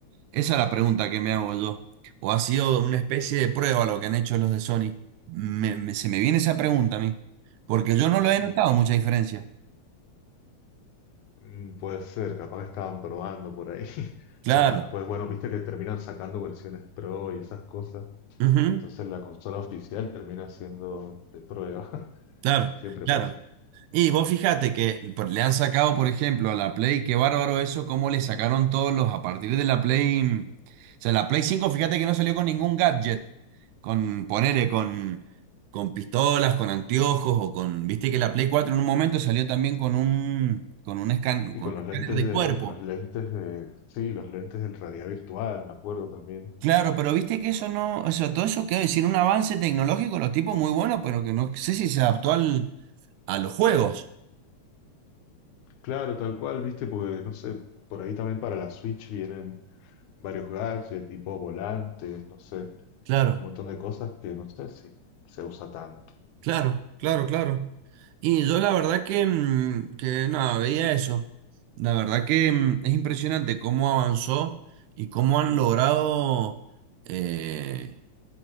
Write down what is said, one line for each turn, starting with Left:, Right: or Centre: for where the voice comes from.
Right: Esa es la pregunta que me hago yo. ¿O ha sido una especie de prueba lo que han hecho los de Sony? Me- me- se me viene esa pregunta a mí, porque yo no
Left: <clears throat>
Right: lo he notado mucha diferencia.
Left: Mm, Puede ser, capaz que estaban probando por ahí <laughs>
Right: Claro,
Left: para después, bueno, viste que terminan sacando versiones pro y esas cosas.
Right: ujú,
Left: Entonces la consola oficial termina siendo de prueba, <laughs>
Right: claro,
Left: siempre
Right: claro.
Left: pasa.
Right: Y vos fíjate que por- le han sacado, por ejemplo, a la Play, qué bárbaro eso, cómo le sacaron todos los a partir de la Play. O sea, la Play 5 fíjate que no salió con ningún gadget, con ponele, con, con pistolas, con anteojos o con. Viste que la Play 4 en un momento salió también con un, con un escan-
Left: Y
Right: con
Left: con
Right: un
Left: los
Right: escáner
Left: lentes
Right: de
Left: de,
Right: cuerpo.
Left: los lentes de, sí, los lentes del realidad virtual, me acuerdo también.
Right: Claro, pero viste que eso no, o sea, todo eso quiero decir, un avance tecnológico, los tipos muy buenos, pero que no sé si se adaptó al, a los juegos.
Left: Claro, tal cual, viste, porque no sé, por ahí también para la Switch vienen varios gadgets, tipo volantes, no sé,
Right: Claro.
Left: un montón de cosas que no sé si se usa tanto.
Right: Claro, claro, claro. Y yo la verdad que, mm, que nada, veía eso. La verdad que mm, es impresionante cómo avanzó y cómo han logrado eh,